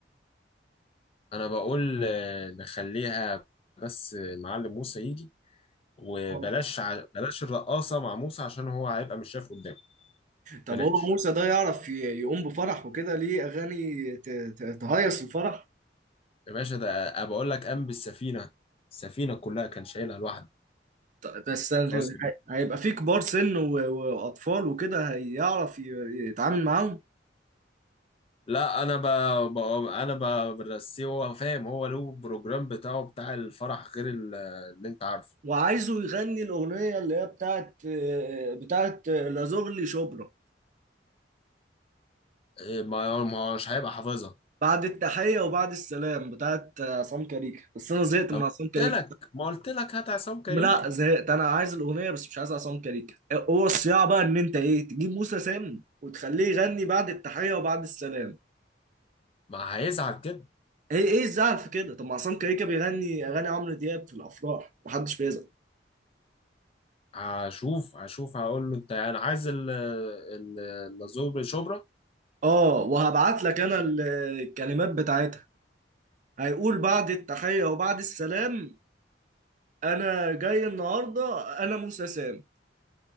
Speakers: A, on the left; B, on the right.
A: أنا بقول آه، نخليها بس آه، معلم موسى يجي وبلاش
B: آه.
A: ع... بلاش الرقاصة مع موسى عشان هو هيبقى مش شايف قدامه
B: طب
A: بلاش
B: هو موسى ده يعرف ي- يقوم بفرح وكده ليه أغاني ت- ت- تهيص الفرح
A: يا باشا ده أنا بقول لك قام بالسفينة السفينة كلها كان شايلها لوحده
B: ط- بس هي-
A: في راس البحر
B: هيبقى فيه كبار سن و- وأطفال وكده هيعرف ي- يتعامل معاهم
A: لا أنا ب... ب... أنا ب... برسيه هو فاهم هو له بروجرام بتاعه بتاع الفرح غير ال- اللي أنت عارفه
B: وعايزه يغني الأغنية اللي هي بتاعت بتاعت لازغلي شبرا
A: إيه، ما ما هو مش هيبقى حافظها
B: بعد التحية وبعد السلام بتاعت عصام كاريك بس أنا زهقت
A: طب
B: من
A: قلت
B: عصام كاريك
A: لك ما قلت لك هات عصام كاريكا
B: لا زهقت انا عايز الاغنيه بس مش عايز عصام كاريكا هو الصياعه بقى ان انت ايه تجيب موسى سام وتخليه يغني بعد التحيه وبعد السلام
A: ما هيزعل كده
B: ايه ايه الزعل في كده طب ما عصام كاريكا بيغني اغاني عمرو دياب في الافراح محدش بيزعل
A: هشوف هشوف هقول له انت انا عايز ال- ال- اللازوب شبرا
B: اه وهبعت لك انا ال- الكلمات بتاعتها هيقول بعد التحيه وبعد السلام انا جاي النهارده انا موسى سام